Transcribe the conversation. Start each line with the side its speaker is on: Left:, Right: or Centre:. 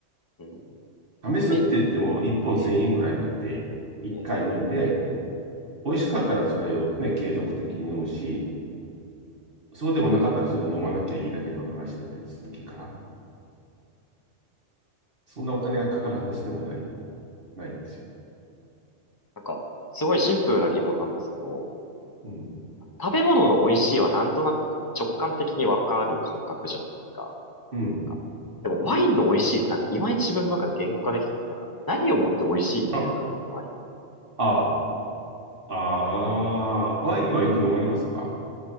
Left: える。
Right: 試すって言っても1本1000円ぐらいなんで、
Left: うん、え、え、
Right: 1回飲んで、
Left: え、
Right: 美味しかったらそれをね、継続的に飲むし、そうでもなかったらそれ飲まなきゃいいだけの話なんで、続きから。そんなお金がかかる話でもない、ないんですよ。
Left: なんか、すごいシンプルな疑問なんですけど、
Right: うん。
Left: 食べ物の美味しいはなんとなくこう、直感的にわかる感覚じゃないですか。
Right: うん。
Left: なんか、でもワインの美味しいってなんか、いまいち自分の中で言語化できてなくて、なんか、何をもって美味しいって言うんだろうってワイン。
Right: あ、ああ、あーワイン今よく飲まれますか